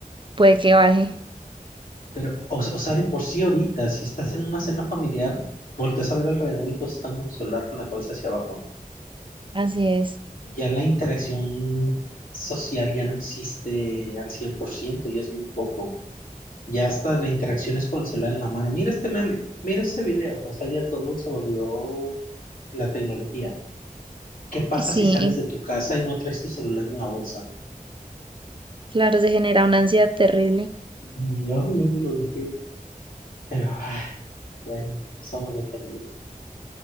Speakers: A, on the right; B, on the left.
A: puede que baje.
B: Pero, o, o sea, de por sí ahorita, si estás en una cena familiar, volteas a ver alrededor y todos están con su celular con la cabeza hacia abajo.
A: Así es.
B: ya la interacción social ya no existe al 100% y es muy poco. Ya hasta la interacción es con el celular en la mano. Mira este meme, mira este video. O sea, ya todo se volvió la tecnología. ¿Qué pasa
A: Y sí,
B: si sales de tu casa y no traes tu celular en la bolsa?
A: claro, se genera una ansiedad terrible.
B: Y ay, ¿dónde lo dejé? Pero, ay, bueno, somos dependientes.